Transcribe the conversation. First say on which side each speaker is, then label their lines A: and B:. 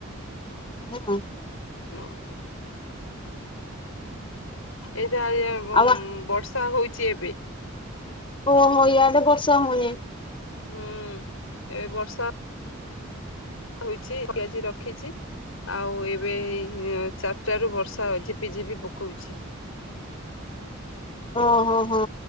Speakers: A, on the left; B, on the left.
A: ହଁ।
B: ହଁ। ଏଇଟା ଅଇଆ ବମ୍
A: ଆଉ
B: ବର୍ଷା ହଉଚି ଏବେ।
A: ଓହୋ! ୟାଡେ ବର୍ଷା ହଉନି।
B: ହୁଁ, ଏବେ ବର୍ଷା ହୋଇଛି, ଆଜି ରଖିଛି। ଆଉ ଏବେ ଏଇ ଚାରିଟା ରୁ ବର୍ଷା ଝିପି ଝିପି ପକଉଛି।
A: ଓହୋ! ହଁ,